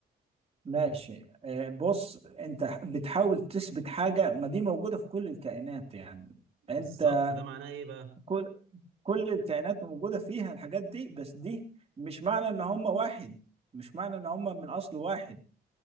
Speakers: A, on the right; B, on the right.
A: ماشي آه، بص انت بتحاول تثبت حاجه ما دي موجوده في كل الكائنات يعني
B: بالظبط
A: انت
B: ده معناه ايه بقى
A: كل كل الكائنات موجوده فيها الحاجات دي بس دي مش معنى ان هم واحد مش معنى ان هم من اصل واحد